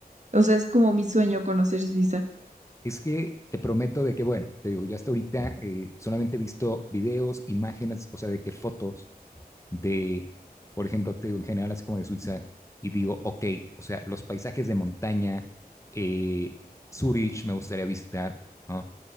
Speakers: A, on the right; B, on the left.
A: o sea, es como mi sueño conocer Suiza.
B: Es que te prometo de que, bueno, te digo, yo hasta ahorita eh, solamente he visto videos, imágenes, o sea, de que fotos de, por ejemplo, te digo en general así como de Suiza, y digo, ok, o sea, los paisajes de montaña, eh, Zurich me gustaría visitar, ¿no?